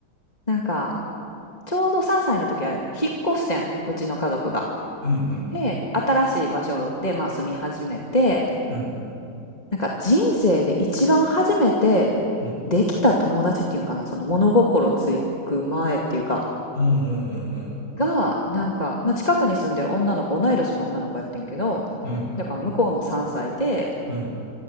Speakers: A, on the left; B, on the left.
A: なんか、ちょうど3歳の時は引っ越してん、うちの家族が。
B: うんうん
A: で、新しい場所で、まあ、住み始めて、
B: うん。
A: なんか人生で一番初めて
B: うん。
A: できた友達っていうんかな、その物心つく前っていうか、
B: うんうんうん
A: が、なんか、まあ、近くに住んでる女の子、同い年の女の子やってんけど、
B: うん。うん。
A: だから向こうも3歳で、
B: うん。